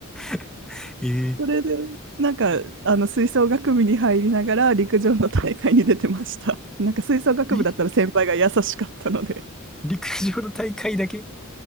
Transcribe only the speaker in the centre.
<laughs> ええ
え陸上の大会だけ